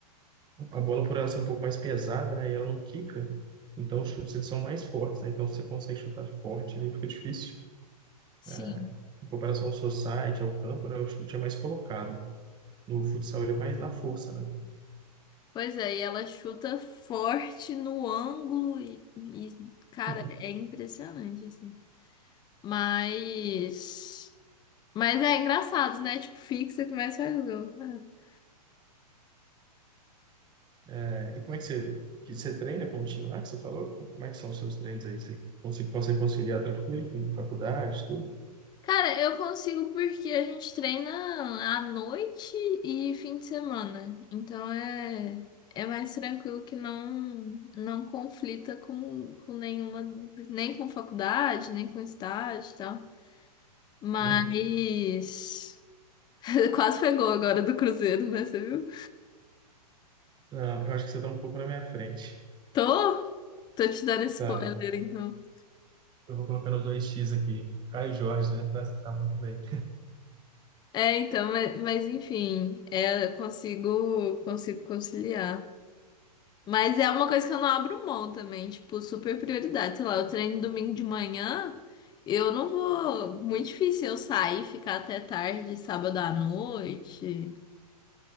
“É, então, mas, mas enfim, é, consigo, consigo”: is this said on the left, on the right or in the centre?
Left